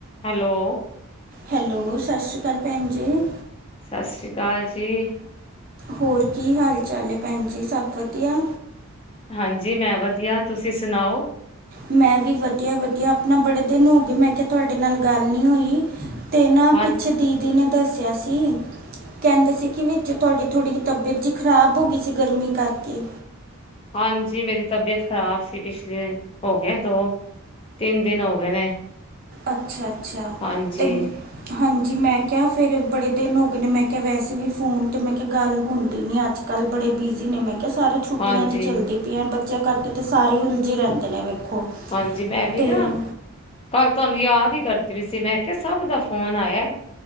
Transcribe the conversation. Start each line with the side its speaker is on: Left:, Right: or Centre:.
Left: Hello.
Right: Hello, ਸਤਿ ਸ਼੍ਰੀ ਅਕਾਲ ਭੈਣ ਜੀ।
Left: ਸਤਿ ਸ਼੍ਰੀ ਅਕਾਲ ਜੀ।
Right: ਹੋਰ ਕੀ ਹਾਲ ਚਾਲ ਹੈ ਭੈਣ ਜੀ, ਸਭ ਵਧੀਆ?
Left: ਹਾਂਜੀ ਮੈਂ ਵਧੀਆ, ਤੁਸੀਂ ਸੁਣਾਓ?
Right: ਮੈਂ ਵੀ ਵਧੀਆ ਵਧੀਆ, ਆਪਣਾ ਬੜੇ ਦਿਨ ਹੋ ਗਏ ਮੈਂ ਕਿਹਾ ਤੁਹਾਡੇ ਨਾਲ ਗੱਲ ਨਹੀਂ ਹੋਈ। ਤੇ ਨਾ
Left: ਹਾਂ
Right: ਪਿੱਛੇ ਦੀਦੀ ਨੇ ਦੱਸਿਆ ਸੀ ਕਹਿੰਦੇ ਸੀ, ਕਿ ਵਿੱਚੇ ਤੁਹਾਡੀ ਥੋੜ੍ਹੀ ਜਿਹੀ ਤਬੀਅਤ ਜਿਹੀ ਖ਼ਰਾਬ ਹੋ ਗਈ ਸੀ ਗਰਮੀ ਕਰਕੇ।
Left: ਹਾਂਜੀ, ਮੇਰੀ ਤਬੀਅਤ ਖ਼ਰਾਬ ਸੀ ਪਿਛਲੇ ਹੋ ਗਿਆ ਦੋ ਤਿੰਨ ਦਿਨ ਹੋ ਗਏ ਨੇ।
Right: ਅੱਛਾ ਅੱਛਾ,
Left: ਹਾਂਜੀ
Right: ਤੇ ਹਾਂਜੀ ਮੈਂ ਕਿਹਾ ਫੇਰ ਬੜੇ ਦਿਨ ਹੋ ਗਏ ਨੇ ਮੈਂ ਕਿ ਵੈਸੇ ਵੀ ਫੋਨ ਤੇ ਮੈਂ ਕਿਹਾ ਗੱਲ ਹੁੰਦੀ ਨੀ ਅੱਜ ਕੱਲ੍ਹ, ਬੜੇ ਬਿਜੀ ਨੇ ਮੈਂ ਕਿਹਾ ਸਾਰੇ ਛੁੱਟੀਆਂ
Left: ਹਾਂਜੀ
Right: ਜੀ ਚੱਲਦੀ ਪਈਆਂ, ਬੱਚਿਆਂ ਕਰਕੇ ਤੇ ਸਾਰੇ ਹੀ ਉਲਝੇ ਰਹਿੰਦੇ ਨੇ ਵੇਖੋ।
Left: ਹਾਂਜੀ ਮੈਂ
Right: ਅਤੇ
Left: ਵੀ ਨਾ, ਕੱਲ ਤੁਹਾਨੂੰ ਯਾਦ ਹੀ ਕਰਦੀ ਪਈ ਸੀ ਮੈਂ ਕੇ ਸਭ ਦਾ ਫੋਨ ਆਇਆ,